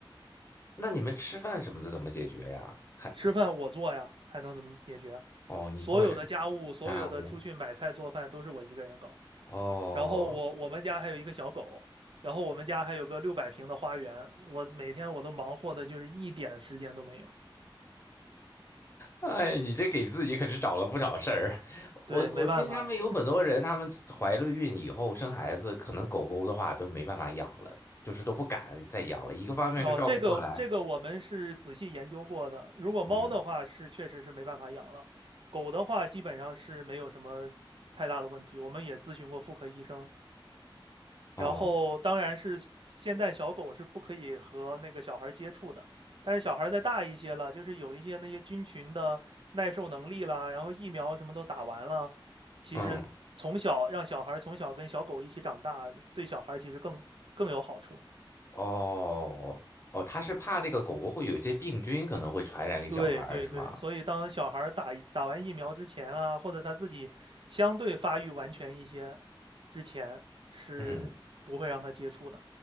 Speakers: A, on the left; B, on the right.
A: 那你们吃饭什么的怎么解决呀？还
B: 吃饭我做呀，还能怎么解决啊？
A: 哦，你坐着，
B: 所有的家务，所有的出去买菜做饭都是我一个人搞。
A: 家务哦。
B: 然后我我们家还有一个小狗，然后我们家还有个六百平的花园，我每天我都忙活的就是一点时间都没有。
A: 哎，你这给自己可是找了不少事儿。
B: 对，
A: 我我听他们有很多人，
B: 没办法
A: 他们怀了孕以后生孩子，可能狗狗的话都没办法养了，就是都不敢再养了。一个方面是照顾不过来，
B: 哦，这个这个我们是仔细研究过的。如果猫的话是确实是没办法养了，
A: 嗯，
B: 狗的话基本上是没有什么太大的问题。我们也咨询过妇科医生，
A: 哦，
B: 然后当然是现在小狗是不可以和那个小孩接触的，但是小孩再大一些了，就是有一些那些菌群的耐受能力啦，然后疫苗什么都打完了，其实从小让小孩从小跟小狗一起长大，
A: 嗯，
B: 对小孩其实更更有好处。
A: 哦，哦，他是怕那个狗狗会有一些病菌，可能会传染给小孩儿，
B: 对对对，
A: 是吗？
B: 所以当小孩打打完疫苗之前啊，或者他自己相对发育完全一些之前，是不会让他接触的。
A: 嗯，